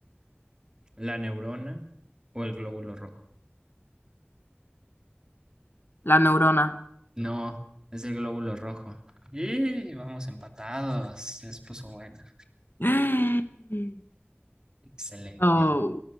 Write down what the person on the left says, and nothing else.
La neurona.
<gasps>
Oh,